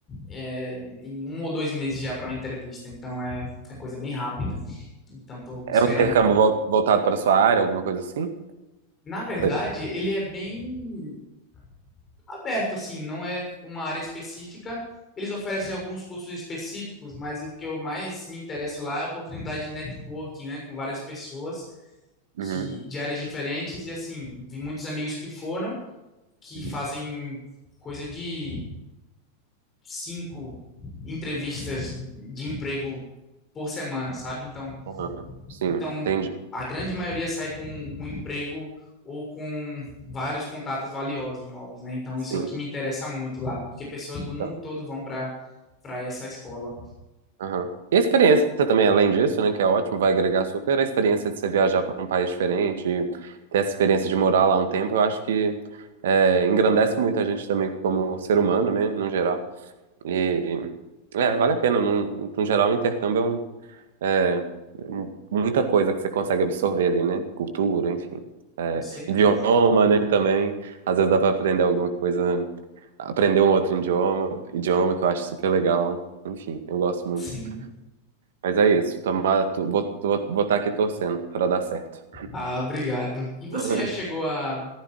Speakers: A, on the left; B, on the right.
A: é, em um ou dois meses já para uma entrevista, então é, é coisa bem rápida. Então, estou
B: É
A: esperando
B: um intercâmbio
A: um pouco.
B: vol- voltado para sua área, alguma coisa assim?
A: Na verdade,
B: Sei.
A: ele é bem aberto, assim, não é uma área específica. Eles oferecem alguns cursos específicos, mas o que eu mais me interesso lá é a oportunidade de networking, né, com várias pessoas que
B: Uhum,
A: de áreas diferentes e assim, vi muitos amigos que foram que
B: uhum.
A: fazem coisa de cinco entrevistas de emprego por semana, sabe? Então,
B: Ah, sim,
A: então,
B: entendi.
A: a grande maioria sai com um emprego ou com vários contatos valiosos novos, né? Então,
B: Sim.
A: isso é o que me interessa muito lá, porque pessoas do mundo
B: Tá.
A: todo vão para para essa escola.
B: Aham. E a experiência também, além disso, né, que é ótimo, vai agregar super a experiência de você viajar para um país diferente, e ter essa experiência de morar lá um tempo, eu acho que é, engrandece muito a gente também como ser humano, né, no geral. E, é, vale a pena, no, no geral, o intercâmbio é um, É, muita coisa que você consegue absorver ali, né? Cultura, enfim. É,
A: Com certeza.
B: idioma, né, também. Às vezes dá pra aprender alguma coisa, aprender um outro idioma, idioma que eu acho super legal. Enfim, eu gosto muito.
A: Sim.
B: Mas é isso, tomara, tu- vou, vou, vou estar aqui torcendo pra dar certo.
A: Ah, obrigado. E você
B: <laughs>
A: já chegou a,